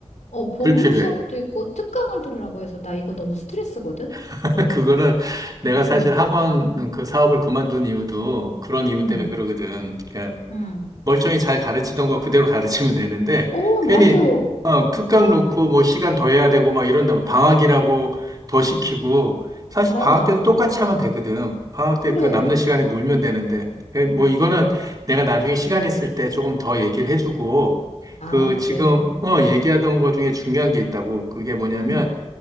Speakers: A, on the left; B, on the right.
A: 어, 봄
B: 불필요해.
A: 수업도 있고 특강을 들으라고 해서 나 이거 너무 스트레스거든?
B: <laughs> 그거는 내가 사실
A: 응,
B: 학원 그 사업을 그만둔 이유도 그런 이유
A: 응,
B: 때문에 그러거든.
A: 응.
B: 멀쩡히 잘 가르치던 거 그대로 가르치면 되는데
A: 어,
B: 괜히
A: 맞아. 어,
B: 어, 특강 놓고 뭐 시간 더 해야 되고 막 이런다 방학이라고 더 시키고 사실
A: 맞아.
B: 방학 때도 똑같이 하면 되거든. 방학
A: 그래.
B: 때 그 남는 시간에 놀면 되는데 예, 뭐 이거는 내가 나중에 시간 있을 때 조금 더 얘기를 해주고
A: 아,
B: 그
A: 그래.
B: 지금 어 얘기하던 거 중에 중요한 게 있다고 그게 뭐냐면
A: 응,